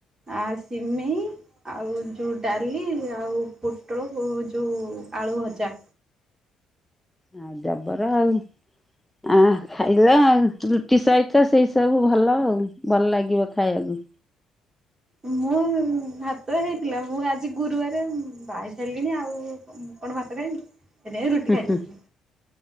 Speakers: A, on the right; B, in the centre.
A: ଆ ସିମେଇ ଆଉ ଯୋଉ ଡାଲି, ଆଉ ପୋଟୋଳୋ ଭୋ ଯୋଉ ଆଳୁ ଭଜା।
B: ଆ ଜବର ଆଉ ଆଁ ଖାଇଲ ଆଉ ରୁଟି ସହି ଚ ସେଇ ସବୁ ଭଲ ଆଉ, ଭଲ୍ ଲାଗିବ ଖାଇଆକୁ।
A: ମୁଁ ଭାତ୍ ତ ହେଇଥିଲା, ମୁଁ ଆଜି ଗୁରୁବାରେ ବାହେଇ ସାରିଲିଣି ଆଉ କ କଣ ଭାତ ଖାଇବି। ସେଥିପାଇଁ ରୁଟି
B: ହୁଁ
A: ଖାଇ
B: ହୁଁ
A: ଦୋଉଥିଲି।